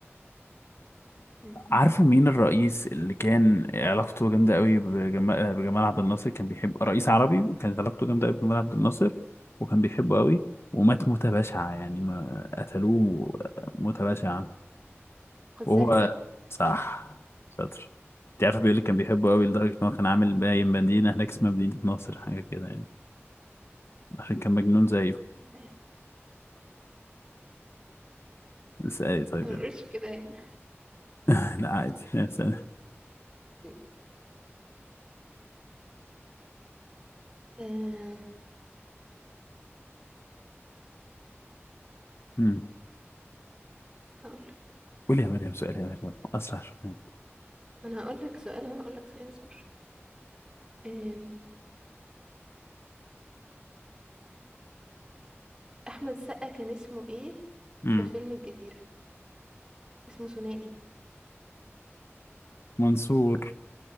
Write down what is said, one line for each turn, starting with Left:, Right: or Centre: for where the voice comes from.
Right: مم.
Left: عارفة مين الرئيس اللي كان علاقته جامدة قوي بجما- بجمال عبد الناصر كان بيحب رئيس عربي كانت علاقته جامدة قوي بجمال عبد الناصر وكان بيحبه قوي ومات موتة بشعة يعني ما قتلوه موتة بشعة
Right: قذافي
Left: وهو صح شاطر انت عارفة بيقول لك كان بيحبه
Right: امم
Left: قوي لدرجة ان هو كان عامل باين مدينة هناك اسمها مدينة ناصر حاجة كده يعني عشان كان مجنون زيه
Right: سلام
Left: اسألي طيب
Right: أنا ما
Left: يلا
Right: بنقولش كده هنا
Left: <laughs> لا عادي اسألي
Right: مم. أم.
Left: مم.
Right: هقول
Left: قولي يا مريم سؤال يا مريم أسرع شوية
Right: ما انا هقول لك سؤال ما هقول لك سؤال اصبر أم. احمد سقا كان اسمه ايه
Left: مم.
Right: في فيلم الجزيرة اسمه ثنائي
Left: منصور